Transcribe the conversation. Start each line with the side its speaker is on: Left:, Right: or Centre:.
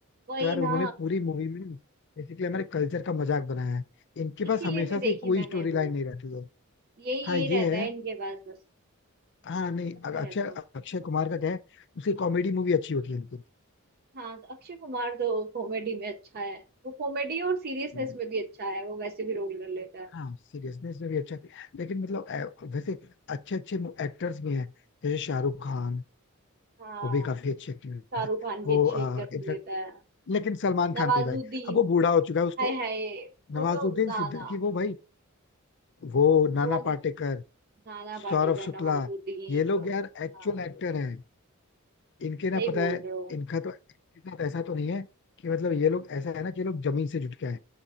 Right: वही
Left: तो यार
Right: ना
Left: उन्होंने पूरी मूवी में बेसिकली हमारे कल्चर का मजाक बनाया है इनके पास
Right: इसीलिए
Left: हमेशा
Right: नहीं देखी
Left: से कोई
Right: मैंने
Left: स्टोरी लाइन
Right: वो
Left: नहीं रहती है
Right: यही
Left: हाँ
Right: यही
Left: ये
Right: रहता है
Left: है
Right: इनके पास बस
Left: हाँ नहीं
Right: कुछ
Left: अ-
Right: नहीं
Left: अक्षय
Right: रहता
Left: अक्षय कुमार का क्या है उसकी कॉमेडी मूवी अच्छी होती है इनकी
Right: हाँ तो अक्षय कुमार तो कॉमेडी में अच्छा है वो कॉमेडी और सीरियसनेस
Left: हम्म।
Right: में भी अच्छा है वो वैसे भी रोल कर लेता है
Left: हाँ सीरियसनेस में भी अच्छा लेकिन मतलब अ, वैसे अच्छे अच्छे एक्टर्स भी हैं जैसे शाहरुख खान
Right: हाँ
Left: वो भी काफी अच्छे एक्टर
Right: शाहरुख
Left: थे
Right: खान भी
Left: वो
Right: अच्छी कर
Left: इनफैक्ट
Right: लेता है
Left: लेकिन सलमान खान
Right: नवाजुद्दीन
Left: नहीं भाई अब वो बूढ़ा हो चुका है उसको
Right: हाय हाय वो
Left: नवाजुद्दीन
Right: तो ना
Left: सिद्दीकी
Right: ना
Left: वो भाई वो नाना
Right: वो
Left: पाटेकर
Right: नाना पाटेकर
Left: सौरभ शुक्ला
Right: नवाजुद्दीन
Left: ये लोग यार एक्चुअल
Right: हाँ
Left: एक्टर हैं इनके ना
Right: सही
Left: पता
Right: बोल
Left: है
Right: रहे हो
Left: इनका तो इनके साथ ऐसा तो नहीं है कि मतलब ये लोग ऐसा है ना कि ये लोग जमीन से जुट के आए